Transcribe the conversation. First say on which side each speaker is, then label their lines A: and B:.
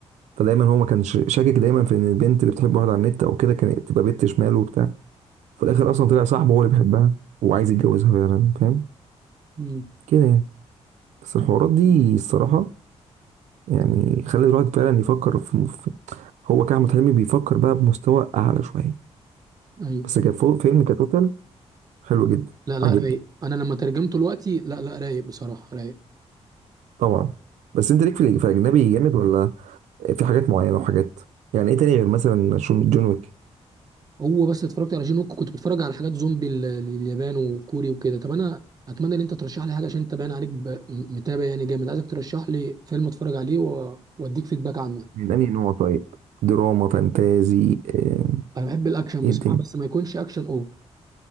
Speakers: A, on the right; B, on the right.
A: فدايما هو ما كانش شاكك دايما في ان البنت اللي بتحب واحد على النت او كده كانت تبقى بنت شمال وبتاع في الاخر اصلا طلع صاحبه هو اللي بيحبها وعايز يتجوزها فعلا فاهم
B: مم.
A: كده يعني بس الحوارات دي الصراحه يعني خلت الواحد فعلا يفكر في في- هو كأحمد حلمي بيفكر بقى بمستوى اعلى شويه
B: ايوه
A: بس كفو- فيلم كتوتال حلو جدا
B: لا لا
A: عجبني
B: رايق انا لما ترجمته دلوقتي لا لا رايق بصراحه رايق
A: طبعا بس انت ليك في الأج- في الاجنبي جامد ولا في حاجات معينه وحاجات يعني ايه تاني غير مثلا شون- جون ويك
B: هو بس اتفرجت على جين ووك كنت بتفرج على حاجات زومبي ال- اليابان وكوري وكده طب انا اتمنى ان انت ترشح لي حاجه عشان انت باين عليك ب... متابع يعني جامد عايزك ترشح لي فيلم اتفرج عليه و- واديك فيدباك عنه
A: من انهي نوع طيب دراما فانتازي آه،
B: انا بحب الاكشن
A: ايه
B: بصراحه
A: الدنيا
B: بس ما يكونش اكشن اوفر